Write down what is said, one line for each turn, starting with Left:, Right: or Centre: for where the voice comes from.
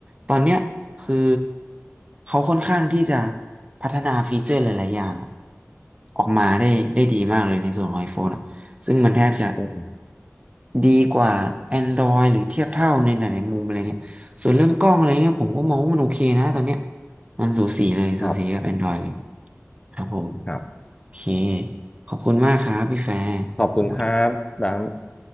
Right: ตอนเนี้ยคือเขาค่อนข้างที่จะพัฒนาฟีเจอร์หลายๆอย่างออกมาได้ได้ดีมากเลยในส่วนของ iPhone อะซึ่งมันแทบจะ
Left: อืม
Right: ดีกว่า Android หรือเทียบเท่าในหลายๆมุมอะไรเงี้ยส่วนเรื่องกล้องอะไรเงี้ยผมก็มองว่ามันโอเคนะตอนเนี้ยมันสูสีเลยสูสีกับ
Left: ครับ
Right: Android เลยครับผม
Left: ครับ
Right: โอเคขอบคุณมากครับพี่แฟร์สำหรับ
Left: ขอบคุณครับดำ